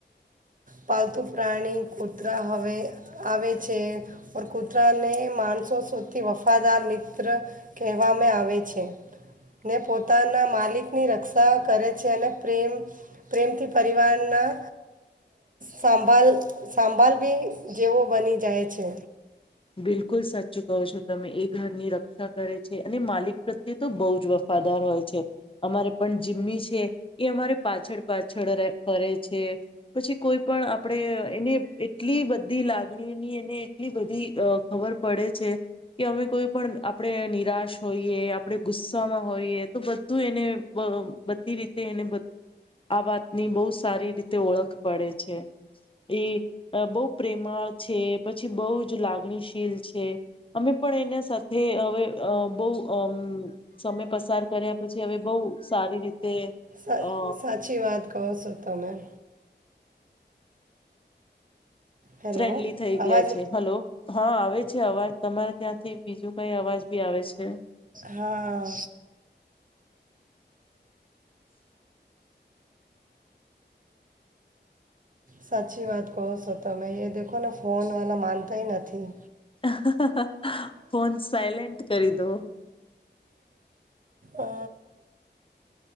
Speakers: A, on the right (about 45°); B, on the left (about 30°).
A: પાલતું પ્રાણી કૂતરા હવે આવે છે ઓર કૂતરાને માણસો સૌધી વફાદાર મિત્ર કહેવામાં આવે છે. ને પોતાના માલિક ની રક્ષા કરે છે અને પ્રેમ પ્રેમથી પરિવારના સંભાલ સંભાલ બી જેવો બની જાય છે.
B: બિલકુલ સચ્ચ કહો છો તમે એ ઘરની રક્ષા કરે છે અને માલિક પ્રત્યે તો બહુ જ વફાદાર હોય છે અમારે પણ જીમ્મી છે એ અમારે પાછળ પાછળ ર ફરે છે. પછી કોઈ પણ આપણેે એને એટલી બધી લાગણીની એને એટલી બધી અ ખબર પડે છે. કે અમે કોઈ પણ આપણેે નિરાશ હોઈએ આપણે ગુસ્સમાં હોઈએ તો બધું એને બધી રીતે એને આ વાતની બહુ સારી રીતે ઓળખ પડે છે. એ બહુ પ્રેમાળ છે પછી બહુ જ લાગે મી શીલ છે અમે પણ એના સાથે હવે બહુ અ સમય પસ પસાર કર્યા પછી હવે બહુ સારી રીતે
A: સા-
B: અ
A: સાચી વાત કહો સો તમેં હેલો
B: ફ્રેન્ડલી થઈ
A: અવાજ
B: ગયા છે હલો હા આવે છે અવાજ તમારે ત્યાંથી બીજું કઈ અવાજ બી આવે છે.
A: હા સાચી વાત કહો છો તમે એ દેખો ને ફોન વાલા માનતાય નથી.
B: હ હ હ ફોન સાયલેન્ટ કરી દો
A: અ,